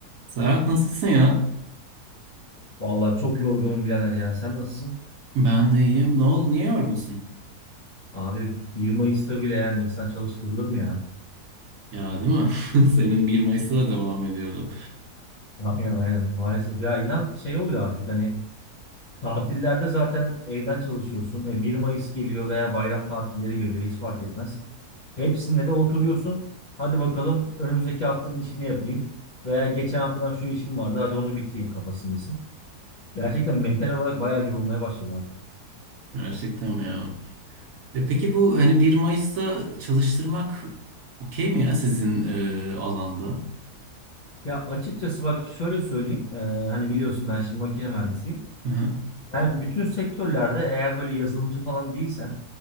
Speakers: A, on the right; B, on the left.
A: Serhat nasılsın ya?
B: Vallahi çok yorgunum birader ya. Sen nasılsın?
A: Ben de iyiyim. Ne oldu? Niye yorgunsun?
B: Abi 1 Mayıs'ta bile yani insan çalıştırılır mı ya?
A: Ya değil mi? <laughs> Senin bir Mayıs'ta da devam ediyordu.
B: Aynen aynen maalesef. Ya inan şey oluyor artık hani tatillerde zaten evden çalışıyorsun. E, 1 Mayıs geliyor veya bayram tatilleri geliyor hiç fark etmez. Hepsinde de oturuyorsun. Hadi bakalım önümüzdeki haftanın işini yapayım. Veya geçen haftadan şu işim vardı hadi onu bitireyim kafasındasın. Gerçekten mental olarak bayağı yorulmaya başladım artık.
A: Gerçekten mi ya? E peki bu hani 1 Mayıs'ta çalıştırmak okey mi ya sizin e, alanda?
B: Ya açıkçası bak şöyle söyleyeyim. Ee, hani biliyorsun ben şimdi makine mühendisiyim.
A: Hı
B: Yani bütün sektörlerde eğer böyle yazılımcı falan değilsen,